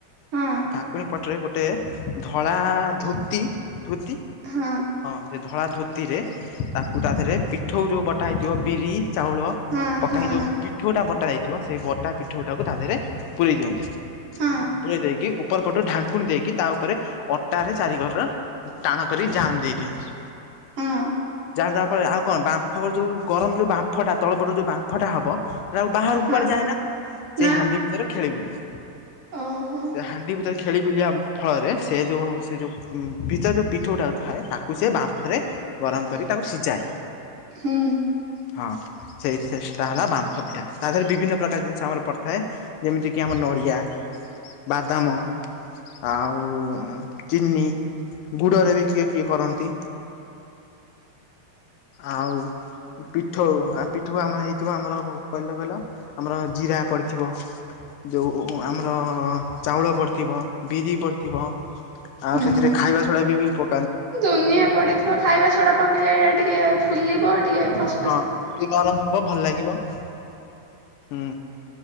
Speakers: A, on the right; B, on the left.
A: ହଁ
B: ଢାଙ୍କୁଣୀ ପଟରେ ଗୋ ଟେ ଧଳା ଧୋତି ଧୋତି
A: ହଁ।
B: ହଁ ସେ ଧଳା ଧୋତିରେ ତାକୁ ତା ଧେରେ ପିଠଉ ଯୋଉ ବଟା ହେଇଥିବ ବିରି, ଚାଉଳ
A: ହଁ
B: ପକା
A: ହଁ
B: ହେଇ ଯୋଉ ପିଠଉଟା ବଟା ଯାଇଥିବ ସେଇ ବଟା ପିଠଉଟାକୁ ତା ଦେହରେ ପୁରେଇ ଦିଅନ୍ତି।
A: ହଁ
B: ପୁରେଇ ଦେଇକି ଉପର ପଟୁ ଢାଙ୍କୁଣି ଦେଇକି ତା ଉପରେ ଅଟାରେ ଚାରି କର ଟାଣ କରି ଯାଆମ ଦେଇ ଦିଅନ୍ତି।
A: ହଁ।
B: ଜାମ ଦବା ପରେ ଆଉ କଣ ବାମ୍ଫ ଯେଉଁ ଗରମ ଯେଉଁ ବାମ୍ଫଟା ତଳପଟୁ ଯେଉଁ ବାମ୍ଫଟା ହେବ ସେଟାଉ ବାହାରକୁ
A: ହଁ
B: କୁଆଡେ ଯାଏ ନା ସେଇ
A: ନା
B: ହାଣ୍ଡି ଭିତରେ ଖେଳିବୁଲେ।
A: ଓହୋ
B: ସେଇ ହାଣ୍ଡି ଭିତରେ ଖେଳିବୁଲିବା ଫଳରେ ସେ ଯେଉଁ ସେ ଯେଉଁ ଭିତର ଯେଉଁ ପିଠଉ ଟା ଥାଏ ତାକୁ ସେ ବାମ୍ଫରେ ଗରମ କରି ତାକୁ ସିଜାଏ।
A: ହୁଁ।
B: ହଁ ସେଇଥିରେ ସେଇଟା ହେଲା ବାମ୍ଫ ପିଠା। ତା ଦେହରେ ବିଭିନ୍ନ ପ୍ରକାର ଜିନିଷ ଆମର ପଡ଼ିଥାଏ। ଯେମିତିକି ଆମ ନଡ଼ିଆ। ବାଦାମ, ଆଉ ଚିନି, ଗୁଡରେ ବି କିଏ କିଏ କରନ୍ତି ଆଉ ପିଠଉ ଆଉପି ଥୁ ଆମର ହେଇଥିବ ଆମର କହିଲ କହିଲ ଆମର ଜିରା ପଡ଼ିଥିବ। ଯୋଉ ଆମର ଚାଉଳ ପଡ଼ିଥିବ, ବିରି ପଡ଼ିଥିବ। ଆଉ
A: ହୁଁ
B: ସେଥିରେ ଖାଇବା ସୋଡା ବି ବି ପ
A: ଦୁନିଆ ପଡିଥିବ ଖାଇବା ସୋଡା ପକେଇଲେ ଏଇଟା ଟିକେ ଫୁଲିବ ଟିକେ ଫସ
B: ହଁ ଟିକେ ନରମ ହବ ଭଲ ଲାଗିବ ହୁଁ।